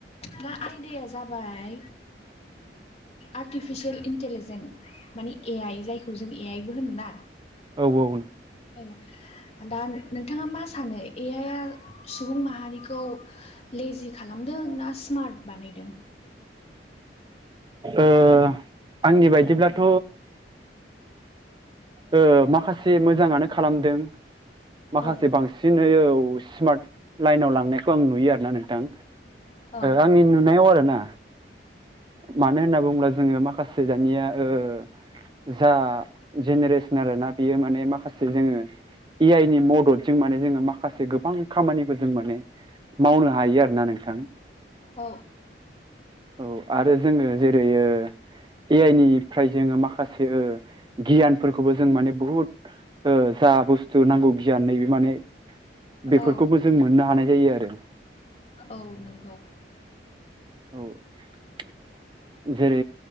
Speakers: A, on the left; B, on the right.
A: दा आयदाया जाबाय। आर्टिफिसियेल इन्टलिजेन्ट माने ए आइ जायखौ जों ए आइबो होन ना
B: औ औ
A: औ। दा नोंथाङा मा सानो ए आइआ सुबुं माहारिखौ लेजि खालामदों ना स्मार्ट बानायदों
B: ओम आंनि बायदिब्लाथ' ओ माखासे मोजाङानो खालामदों माखासे
A: औ
B: बांसिनै स्मार्ट लाइनाव लांनायखौ आं नुयो आरोना नोंथां
A: औ
B: आंनि नुनायाव आरो ना मानो होनना बुङोब्ला जोङो मा दानिया ओ जा जेनेरेसन आरो ना बियो माने माखासे जोङो ए आइ नि मददजों माने जोङो माखासे माखासे गोबां खामानिफोर जों माने मावनो हायो आरो ना नोंथां
A: औ
B: औ आरो जोङो जेरैयो ए आइ निफ्राय जोङो माखासे गियानफोरखौबो जों माने बहुद जा बुस्थु नांगौ गियान नै बे माने बेफोरखौबो
A: औ
B: जों मोननो हानाय जायो आरो।
A: औ नंगौ
B: औ ओ जेरै